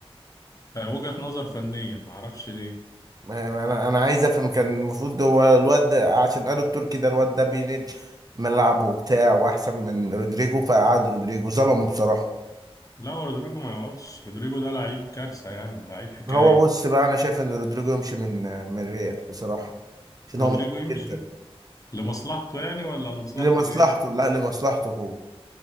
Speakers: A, on the left; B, on the right.
A: وجهة نظر فنية ما اعرفش ليه
B: ما- ما- انا انا عايز افهم كان المفروض هو الواد ده- عشان قالوا التركي ده الواد ده بينقل ملعب وبتاع واحسن من رودريجو فقعد رودريجو ظلمه بصراحه
A: لا هو رودريجو ما يقعدش رودريجو ده لعيب كارثة يعني لعيب حكاية
B: هو بص بقى انا شايف ان رودريجو يمشي من من الريال بصراحه عشان
A: رودريجو
B: هو مظلوم
A: يمشي
B: جدا
A: لمصلحته يعني ولا لمصلحة
B: لمصلحته
A: الريال
B: لا لمصلحته هو